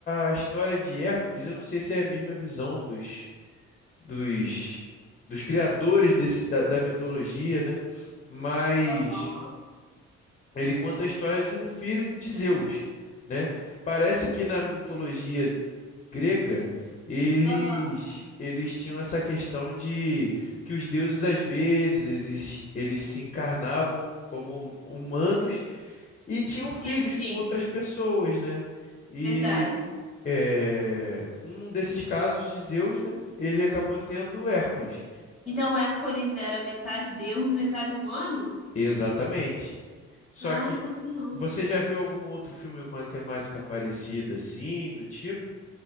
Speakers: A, on the left; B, in the centre.
A: a história de Hércules. Eu não sei se é a mesma visão dos, dos, dos criadores desse, da, da mitologia, né? Mas
B: Aham.
A: ele conta a história de um filho de Zeus, né? Parece que na mitologia grega eles
B: Aham.
A: eles tinham essa questão de que os deuses às vezes eles, eles se encarnavam como humanos e tinham filhos
B: Sim, sim.
A: com outras pessoas, né? E
B: Verdade.
A: é, um desses casos de Zeus, né? Ele acabou tendo Hércules.
B: Então, o Hércules era metade deus, metade humano?
A: Exatamente. Só
B: Ah,
A: que
B: não sabia não.
A: Você já viu algum outro filme com a temática parecida, assim, do tipo?